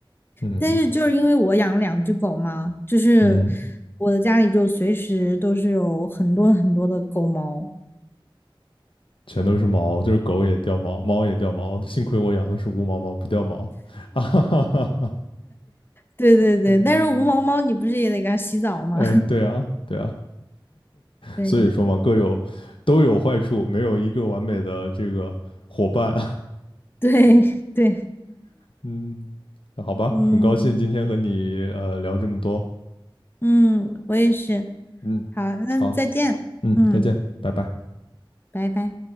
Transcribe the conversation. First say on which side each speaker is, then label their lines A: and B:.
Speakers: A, on the left; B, on the left.
A: 嗯
B: 但是就是因为我养了两只狗嘛，就是
A: 嗯。
B: 我的家里就随时都是有很多很多的狗毛。
A: 全都是毛，就是狗也掉毛，猫也掉毛，幸亏我养的是无毛猫，不掉毛，<laughs> 啊哈哈哈哈，
B: 对对对，
A: 嗯，
B: 但是无毛猫你不是也得给它洗澡吗？
A: 哎，对啊，对啊，
B: <laughs> 对
A: 所以说嘛，各有都有坏处，没有一个完美的这个伙伴，
B: 对对，
A: <laughs> 嗯，好吧，
B: 嗯
A: 很高兴今天和你呃聊这么多，
B: 嗯，我也是。
A: 嗯，
B: 好，那再见。
A: 好，嗯，
B: 嗯，
A: 再见，拜拜。
B: 拜拜。